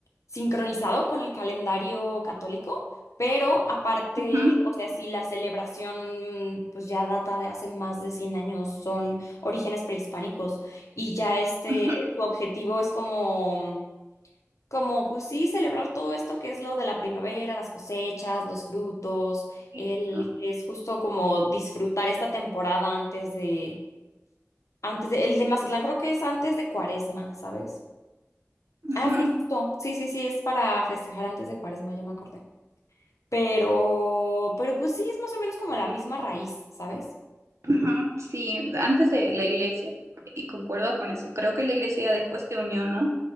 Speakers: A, on the left; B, on the right.
A: sincronizado con el calendario católico, pero aparte,
B: ujú,
A: o sea, si la celebración, mm, pues ya data de hace más de 100 años, son orígenes prehispánicos y ya este,
B: ujú.
A: su objetivo es como mm, como pues sí, celebrar todo esto que es lo de la primavera, las cosechas, los frutos,
B: Exacto.
A: el es justo como disfrutar esta temporada antes de, antes de, el de Mazatlán creo que es antes de Cuaresma, ¿sabes?
B: Ujú.
A: Ah, sí, justo, sí, sí, sí, es para festejar antes de Cuaresma, ya me acordé. Pero, pero pues sí, es más o menos como la misma raíz, ¿sabes?
B: Ujú, Sí, antes de la iglesia, y concuerdo con eso, creo que la iglesia después se unió, ¿no?